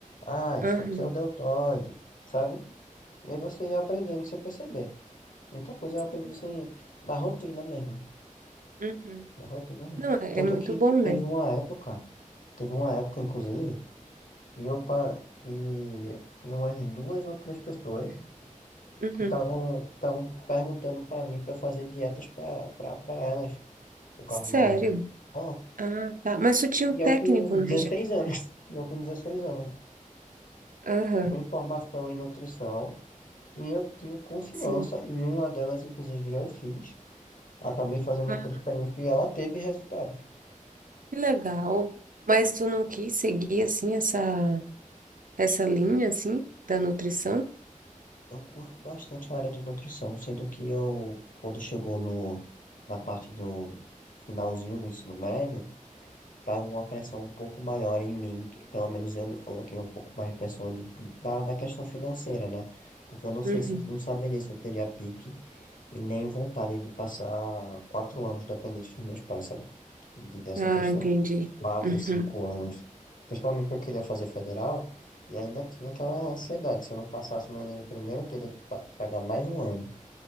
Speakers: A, on the left (about 75°); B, on the right (about 80°).
A: ah, isso
B: Uhum.
A: aqui é o deltoide, sabe? E aí você ia aprendendo sem perceber. Muita coisa eu aprendi
B: Sim.
A: sem, da rotina mesmo,
B: Uhum.
A: da rotina mesmo.
B: Não, é,
A: Tanto
B: é muito
A: que
B: bom, né?
A: teve uma época, teve uma época, inclusive, que eu, pa- que tinha umas duas ou três pessoas
B: Uhum.
A: que estavam estavam perguntando para mim para fazer dietas para para elas. O Carlos
B: Sério?
A: Brasileiro. Ah,
B: Ah, tá. Mas tu tinha um
A: e
B: técnico,
A: eu com
B: né,
A: 16
B: já?
A: anos. <laughs> Eu com 16 anos.
B: Aham,
A: Tenho formação em nutrição. E eu tinha confiança.
B: sim.
A: Nenhuma delas, inclusive, eu fiz. Acabei fazendo
B: Ah,
A: por experiência e ela teve resultados.
B: que legal. Mas tu não quis seguir, assim, essa, essa linha, assim, da nutrição?
A: Eu curto bastante a área de nutrição, sendo que eu, quando chegou no, na parte do finalzinho do ensino médio, tava uma pressão um pouco maior em mim, que pelo menos eu me coloquei um pouco mais de pressão de, da, da questão financeira, né? Porque eu não sei
B: Uhum.
A: se eu não saberia se eu teria pique E nem vontade de passar quatro anos dependente dos meus pais, sabe? De- Dessa
B: Ah,
A: questão.
B: entendi.
A: Quatro,
B: Uhum.
A: cinco anos. Principalmente porque eu queria fazer federal e ainda tinha aquela ansiedade. Se eu não passasse no Enem primeiro, eu teria que pa- pegar mais um ano.